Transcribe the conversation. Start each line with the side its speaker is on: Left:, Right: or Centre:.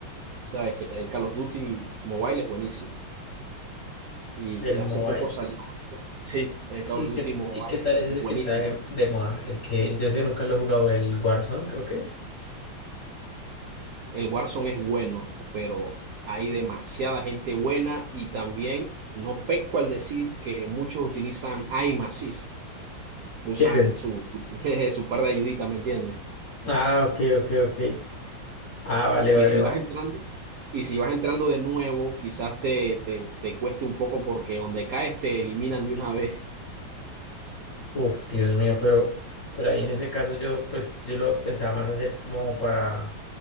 Right: sabes que el Call of Duty Mobile es buenísimo. Y
Left: el
Right: hace
Left: mobile?
Right: poco salió, sí, el Call
Left: ¿Y
Right: of Duty
Left: qué,
Right: Mobile
Left: y qué tal es ese
Right: es buenísimo.
Left: que está de, de moda? El que yo sé nunca lo he jugado, el Warzone, creo que es.
Right: El Warzone es bueno, pero hay demasiada gente buena y también no peco al decir que muchos utilizan aim assist. usan
Left: ¿Qué es eso?
Right: su, <laughs> jeje, su par de ayuditas, ¿me entiendes?
Left: Ah, ok, ok, ok. Ah, vale,
Right: Y
Left: vale,
Right: si
Left: vale.
Right: vas entrando, y si vas entrando de nuevo, quizás te, te, te cueste un poco porque donde caes te eliminan de una <laughs> vez.
Left: Uf, Dios mío, pero, pero ahí en ese caso yo, pues, yo lo pensaba más hacer como para,